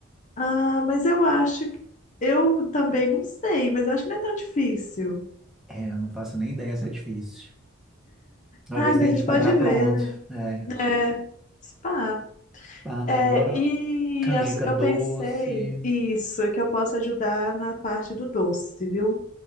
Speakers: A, on the left (about 40°); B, in the centre.
A: Ah, mas eu acho que. Eu também não sei, mas acho que não é tão difícil.
B: É, eu não faço nem ideia se é difícil. Às
A: Ai,
B: vezes
A: mas
B: tem
A: a
B: que
A: gente
B: comprar
A: pode ver,
B: pronto.
A: né?
B: É,
A: É, spa.
B: pá, né?
A: É,
B: Agora,
A: e
B: canjica
A: as- eu
B: doce.
A: pensei, isso, é que eu posso ajudar na parte do doce, viu?